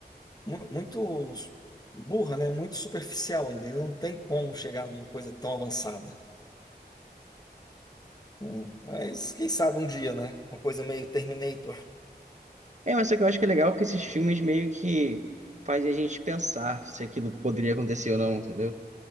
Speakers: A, on the left; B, on the right.
A: mu- muito burra, né, muito superficial ainda. Não tem como chegar numa coisa tão avançada. Hum, Mas quem sabe um dia, né, uma coisa meio Terminator.
B: É, mas só que eu acho que é legal que esses filmes meio que fazem a gente pensar se aquilo poderia acontecer ou não, entendeu?